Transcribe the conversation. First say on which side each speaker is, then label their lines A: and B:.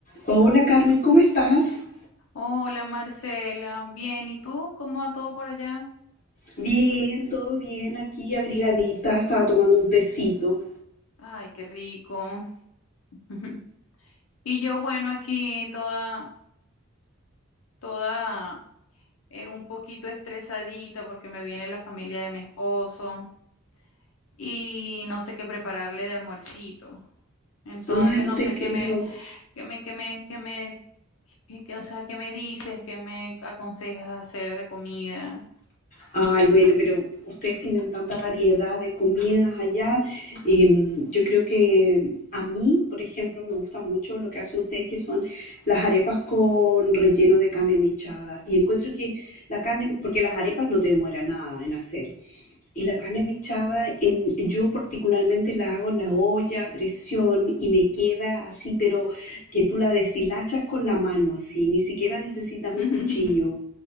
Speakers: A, on the left; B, on the left.
A: Hola Carmen, ¿cómo estás?
B: Hola Marcela, bien, ¿y tú? ¿Cómo va todo por allá?
A: Bien, todo bien, aquí abrigadita, estaba tomando un tecito.
B: Ay, qué rico. <laughs> Y yo, bueno, aquí toda, toda eh, un poquito estresadita porque me viene la familia de mi esposo y no sé qué prepararle de almuercito. Entonces,
A: Ay, no
B: no
A: te
B: sé
A: creo.
B: qué me, qué me, qué me, qué me, qué- qué- o sea, qué me dices, qué me aconsejas hacer de comida.
A: Ay, bueno, pero ustedes tienen tanta variedad de comidas allá. Em, yo creo que a mí, por ejemplo, me gusta mucho lo que hacen ustedes, que son las arepas con relleno de carne mechada. Y encuentro que la carne, porque las arepas no te demora nada en hacer. Y la carne mechada, en, yo particularmente la hago en la olla a presión y me queda así, pero que tú la deshilachas con la mano, así, ni siquiera necesitas un
B: <laughs>
A: cuchillo.